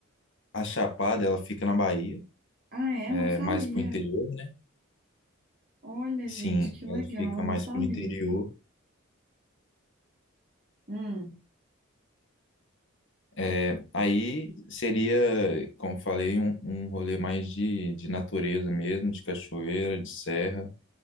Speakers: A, on the left; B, on the right.
A: A Chapada, ela fica na Bahia,
B: Ah, é?
A: é,
B: Não sabia.
A: mais pro interior, né?
B: Olha,
A: Sim,
B: gente, que legal,
A: ela fica mais
B: não sabia.
A: pro interior.
B: Hum.
A: É, aí seria, como falei, um, um rolê mais de, de natureza mesmo, de cachoeira, de serra.